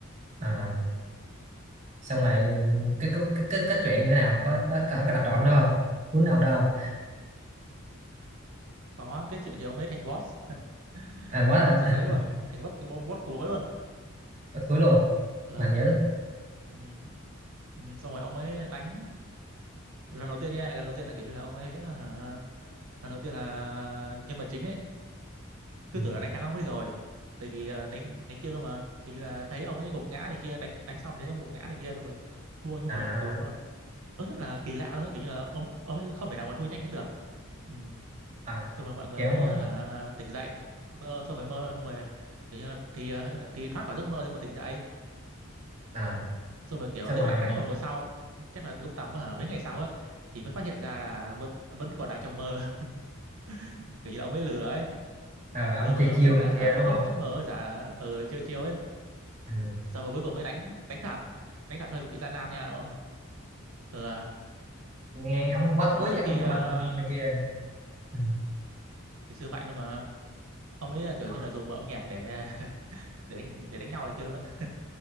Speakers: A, on the right; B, on the right.
A: à,
B: ừ.
A: xong rồi cái cái cái, cái, cái chuyện như thế nào có có có, có đập trộm đâu không cuốn ông đâu không?
B: có cái chuyện thì ông ấy thành boss <laughs>
A: à quá
B: thành
A: là
B: boss ấy luôn
A: <laughs>
B: thành boss bom boss cuối luôn
A: bắt cuối luôn
B: Ờ,
A: mạnh dữ
B: ừ. Ừ. xong rồi ông ấy đánh lần đầu tiên nha lần đầu tiên là kiểu như là ông ấy à, lần đầu tiên là nhân vật chính ấy
A: ừ.
B: cứ tưởng là đánh thắng ông ấy rồi tại vì à, đánh đánh kia luôn mà kiểu như là thấy ông ấy gục ngã này kia đánh đánh xong thì thấy ông gục ngã này kia rồi mới thua nhưng
A: à
B: mà kiểu à, nó rất là kỳ lạ luôn á kiểu như là ông ông ấy không thể nào mà thua nhanh hết được ừ.
A: à
B: xong rồi mọi người
A: kéo
B: mới
A: mà
B: hả tỉnh dậy mơ xong rồi mơ xong rồi kiểu như là, thì à, thì thoát khỏi giấc mơ nhưng mà tỉnh dậy
A: à
B: xong rồi kiểu
A: xong
B: tới
A: rồi
B: mãi một hồi sau chắc là từ lúc tầm hả mấy ngày sau á thì mới phát hiện ra là vẫn vẫn còn đang trong mơ <laughs> kiểu như là ông ấy lừa ấy
A: à,
B: lừa
A: ông
B: mọi
A: chơi
B: người
A: chiêu
B: bằng cách
A: này
B: là hả
A: kia
B: vẫn
A: đúng
B: nhớ
A: không
B: trong giấc mơ giả ờ chiêu chiêu ấy
A: ừ.
B: xong rồi cuối cùng mới đánh đánh thật đánh thật hơi bị gian nan nha ờ Ờ.
A: nghe ông bắt
B: xong
A: cuối
B: rồi trước
A: chắc
B: khi
A: ông phải
B: ờ,
A: mạnh này kia ừ.
B: thì xưa mạnh luôn mà ông ấy là kiểu
A: Ông-
B: như là dùng âm nhạc để <laughs> để đánh để đánh nhau này kia luôn á